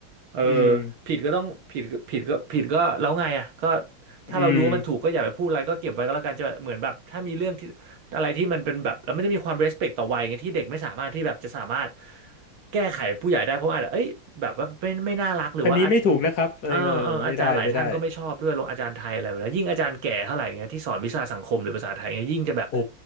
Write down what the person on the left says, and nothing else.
อืม
อืม
อันนี้ไม่ถูกนะครับเออเออไม่ได้ไม่ได้
โอ้